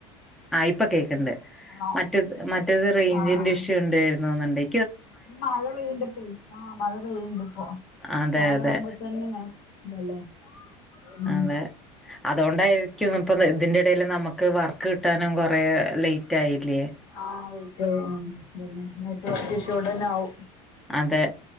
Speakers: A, in the centre; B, on the left.
A: ആയി ഇപ്പകേക്ക്ണ്ട്
B: ആണോ
A: മറ്റെത് മറ്റേത് റൈഞ്ചിന്റെ
B: ആ ആ
A: ഇഷ്യു ഇണ്ടേര്ന്നു തോന്ന്ണ്ടെെ
B: മഴ പെയ്യ്ണ്ട് ഇപ്പേയ് ആഹ് മഴ പെയ്യ്ണ്ട് ഇപ്പൊ
A: അതെ
B: മഴാവുമ്പൊ
A: അതെ
B: പെണ്ണ് ഇങ്ങനെ ഇതല്ലേ ഉം
A: അതെ അതോണ്ടായിരിക്കും ഇപ്പ താ ഇതിന്റെ എടേല് നമക്ക് വർക്ക് കിട്ടാനും കൊറേ ലേറ്റ് ആയില്യേ
B: ആഹ് ലൈറ്റായി ഉം അതെന്നെ ഇന്ന്ട്ട് നെറ്റ് ഇഷോണ്ടെന്നെ ആവും
A: അതെ